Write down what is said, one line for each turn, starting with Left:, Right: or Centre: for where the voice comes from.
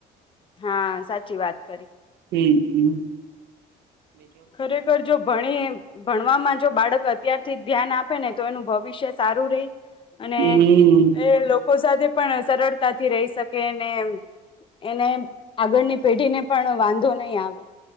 Left: હા સાચી વાત કરી
Right: હમ હમ
Left: ખરેખર જો ભણી ભણવામાં જો બાળક અત્યારથી ધ્યાન આપે ને તો એનું ભવિષ્ય સારું રહી અને
Right: હમ
Left: એ લોકો લોકો સાથે પણ સરળતાથી રહી શકેને એને આગળની પેઢી ને પણ વાંધો નહીં આવે